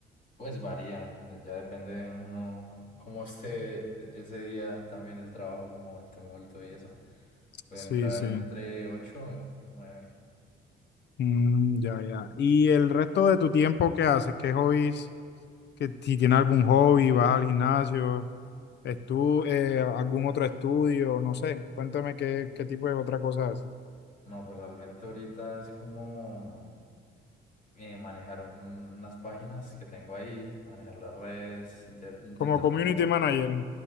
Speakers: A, on the left; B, on the left.
A: Pues varía, ya ya depende de uno c- cómo esté ese día también el trabajo, como el tumulto y eso. Puede
B: Sí,
A: entrar
B: sí.
A: entre 8 o 9.
B: Mm, ya, ya. ¿Y el resto de tu tiempo qué haces? ¿Qué hobbies? ¿Que si tienes algún hobby, vas al gimnasio, estu eh, algún otro estudio, no sé. Cuéntame qué, qué tipo de otra cosa haces.
A: No, pero realmente ahorita es como eh, manejar un- unas páginas que tengo ahí, manejar las redes, inte- intentar
B: Como community
A: como...
B: manager.